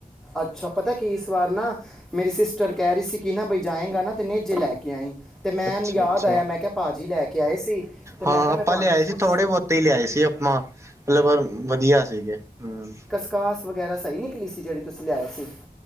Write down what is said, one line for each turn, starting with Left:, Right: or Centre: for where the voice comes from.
Centre: ਅੱਛਾ ਪਤਾ ਕੀ ਇਸ ਵਾਰ ਨਾ ਮੇਰੀ ਸਿਸਟਰ ਕਹਿ ਰਹੀ ਸੀ ਕਿ ਨਾ ਬਈ ਜਾਏਗਾ ਨਾ ਅਤੇ ਨੇਜੇ ਲੈ ਕੇ ਆਈ ਅਤੇ ਮੈੂੰ
Right: ਅੱਛਾ
Centre: ਯਾਦ
Right: ਅੱਛਾ
Centre: ਆਇਆ ਮੈਂ ਕਿਹਾ ਭਾ ਜੀ ਲੈ ਕੇ ਆਏ ਸੀ ਅਤੇ ਮੈਂ
Right: ਹਾਂ
Centre: ਕਿਹਾ
Right: ਆਪਾਂ
Centre: ਮੈਂ ਤੁਹਾਨੂੰ
Right: ਲਿਆਏ ਸੀ
Centre: ਕੁਛ
Right: ਥੋੜੇ ਬਹੁਤੇ ਲਿਆਏ ਸੀ ਆਪਾ ਮਤਲਬ ਵਧੀਆ ਸੀਗੇ ਹਮ
Centre: ਕਾਸ ਵਗੈਰਾ ਸਹੀ ਨਿਕਲੀ ਸੀ ਜਿਹੜੀ ਤੁਸੀਂ ਲਿਆਏ ਸੀ